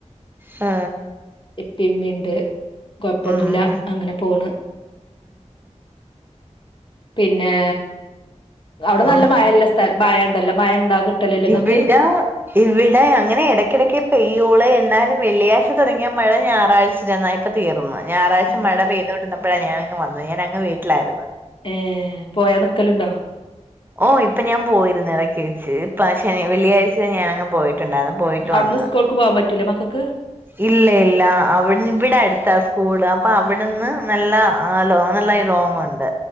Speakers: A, on the right; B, on the left.
A: ഓഹ്..
B: ഇപ്പിമ്മിണ്ട് കൊയപ്പൊന്നുല്ല
A: ഉം
B: അങ്ങനെ പോണ്. പിന്നെ അവിടെ
A: ഉം
B: നല്ല മഴല്ല സ്ഥല മഴ ഇണ്ടല്ലോ മഴ ഉണ്ടാ? കിട്ടലില്ലേ
A: നിർത്തീട്ടാ..
B: ഇങ്ങക്ക്
A: ഇവിടെ അങ്ങനെ ഇടയ്ക്കിടയ്ക്ക് പെയ്യൂള്ള് എന്നാലും വെള്ളിയാഴ്ച തുടങ്ങിയ മഴ ഞായറാഴ്ച്ചേരിന്നായ പ്പ തീർന്നു ഞായറാഴ്ച
B: ഉം
A: മഴ പെയ്തുകൊണ്ടിന്നപ്പോഴാണ് ഞാനിങ് വന്നു ഞാന അങ് വീട്ടിലായിരുന്നു.
B: ഏഹ് പോയാ നിക്കലുണ്ടോ?
A: ഓഹ് ഇപ്പൊ ഞാൻ പോയിരുന്നു ഇടക്കി വെച്ച് ഇപ്പ ശ വെള്ളിയാഴ്ച ഞാനങ് പോയിട്ടുണ്ടായിരുന്നു പോയിട്ട്
B: അവുന്ന്
A: വന്ന്
B: സ്കൂൾക്ക് പോവാൻ പറ്റൂല്ലേ മക്കൾക്ക്.
A: ഇല്ല ഇല്ല അവിടു ഇവിടെ അടുത്താ സ്കൂള് അപ്പൊ അവിടെന്ന് നല്ല ലോങൊള്ളേ ഒണ്ട്.